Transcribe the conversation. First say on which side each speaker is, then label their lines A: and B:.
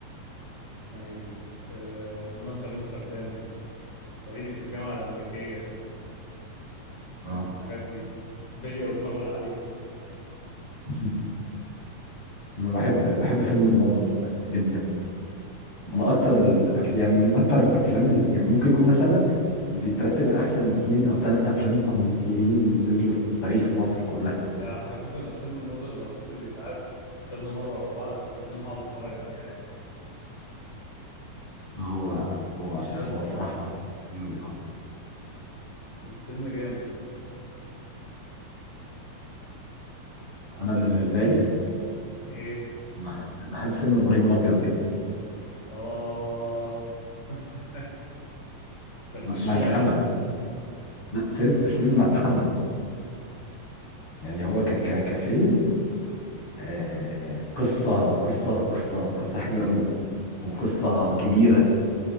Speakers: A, on the left; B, on the left.
A: اسمها ايه دي آه همام في امستردام صعيدي في الجامعه الامريكيه فاهم
B: اه
A: الحاجات دي بلية ودماغه العاليه
B: <laughs> انا بحب بحب فيلم الناظر جدا من اكتر الأف... يعني من اكتر الافلام اللي يعني ممكن يكون مثلا بيترتب من احسن اتنين او تلات افلام كوميديين نزلوا في تاريخ مصر كلها
A: يا حبيبي انا فيلم الناظر لو فضل يتعاد كذا مره ورا بعض على التلفزيون هقعد اتفرج عليه عادي
B: هو هو
A: مش هزهق
B: هو صراحة أوي، آه.
A: الفيلم جامد عندك
B: انا بالنسبة
A: أف...
B: لي
A: ايه
B: بحب بحب فيلم ابراهيم الابيض جدا
A: اه <laughs> بس
B: م-
A: اشمعنى
B: ملحمة لا فيلم الفيلم ملحمة يعني هو ك... ك... كفيلم آه، قصة قصة قصة قصة حلوة قوي وقصة كبيرة